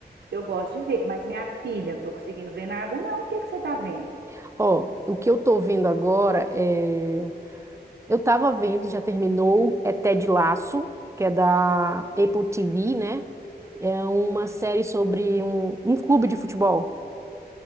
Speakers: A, on the right (about 80°); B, on the right (about 15°).
A: eu gosto de ver. Mas minha filha, não tô conseguindo ver nada, não. O que que você tá vendo?
B: <laughs> Ó, o que eu tô vendo agora é. Eu tava vendo, já terminou, é Ted Lasso, que é da Apple TV, né? É uma série sobre um, um clube de futebol.